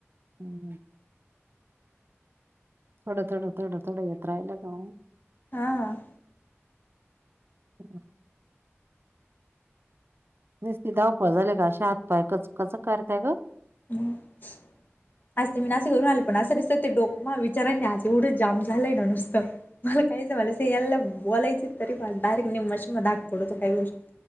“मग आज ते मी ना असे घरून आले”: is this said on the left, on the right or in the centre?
Left